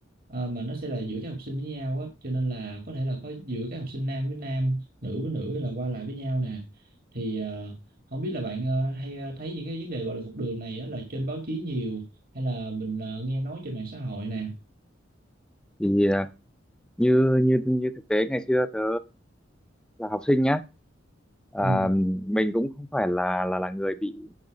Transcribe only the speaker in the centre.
Thì à, như như như thực tế ngày xưa tớ là học sinh nhá, à,
mình cũng không phải là là là người bị